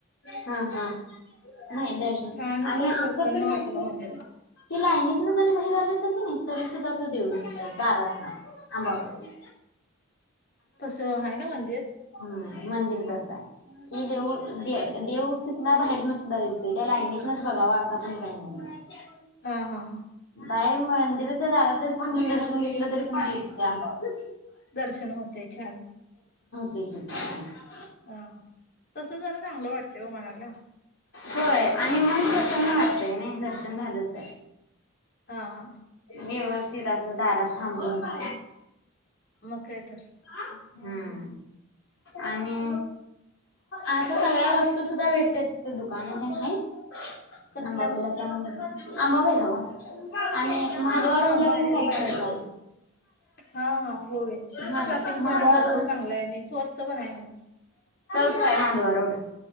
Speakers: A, on the left (about 70°); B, on the left (about 50°).
A: हा हा. नाही दर्शन
B: शांत
A: आणि
B: प्रसन्न
A: असं पण नाहीत
B: वाटलं मंदिरात
A: ती, लायनीतन जरी बाहेर आलं तर की नाय तरी सुद्धा देऊ दिसत दारात न आबा बाई
B: तसं आहे ना मंदिर?
A: हम्म मंदिर तस आहे कि देऊ देव तिथला बाहेरन सुद्धा दिसतोय त्या लायनीतनच बघावं असं पण काही नाहीय.
B: हा हा हा
A: बाहेर मंदिराच्या दारात थांबून जरी दर्शन घेतलं तरी पण दिसतीये आंबाबाई!
B: दर्शन होते छान.
A: ते
B: हा हा तस झाला चांगलं वाटतंय हो मनाला.
A: होय आणि मन प्रसन्न वाटतंय नाय दर्शन झालंतर?
B: हा हा
A: वेवस तिथ अस दारात थांबून <inaudible>
B: मग काय तर
A: हम्म आणि आस सगळ्या वस्तू सुद्धा भेटत तिथं दुकानात नाहीत.
B: कसल्या
A: अंबाबाईला
B: हो
A: ती आम्हीं अंबाबाईला ओ आणि माधवा
B: हा
A: रोडला
B: हा
A: काय
B: बाहेर
A: साईटलाच
B: बाहेर हा हा होय
A: हाय,
B: शॉपिंग
A: माधवा
B: साठी भरपूर
A: रोड
B: चांगला आहे आणि स्वस्त पण आहे म्हणे
A: स्वस्त आहे माधवा रोड